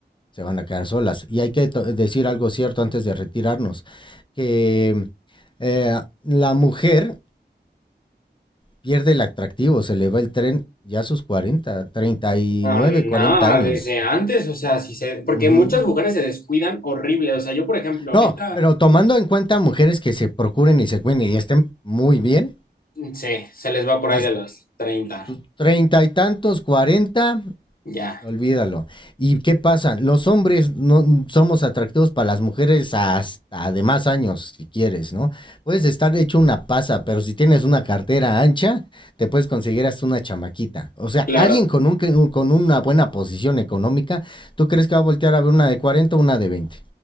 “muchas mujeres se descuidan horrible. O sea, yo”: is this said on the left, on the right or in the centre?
Left